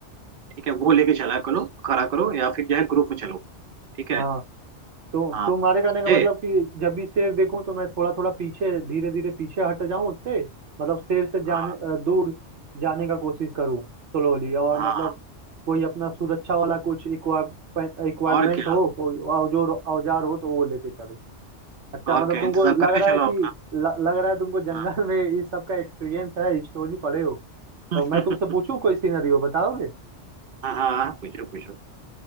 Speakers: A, on the right; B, on the right.
A: ठीक है वो लेके चला करो खड़ा करो या फिर जो है ग्रुप में चलो ठीक है
B: हाँ तो
A: हाँ
B: तुम्हारे कहने का मतलब
A: ये
B: कि जब भी शेर देखूं तो मैं थोड़ा थोड़ा पीछे धीरे धीरे पीछे हट जाऊं उससे मतलब शेर से जाने
A: हाँ
B: अ, दूर जाने का कोशिश करूं स्लोली और
A: हाँ
B: मतलब कोई अपना सुरक्षा वाला कुछ इक्वाइपमेंट
A: और क्या
B: हो कोई औजोर औजार हो तो वो लेके चलो अच्छा
A: और
B: मतलब
A: क्या
B: तुमको
A: इंतजाम
B: लग
A: करके
B: रहा है
A: चलो
B: कि
A: अपना
B: ल, लग रहा है तुमको जंगल
A: हाँ
B: में इस सब का एक्सपीरियंस है स्टोरी पढ़े हो तो
A: <laughs>
B: मैं तुमसे पूछूं कोई सिनेरियो बताओगे
A: हाँ हाँ हाँ, पूछो पूछो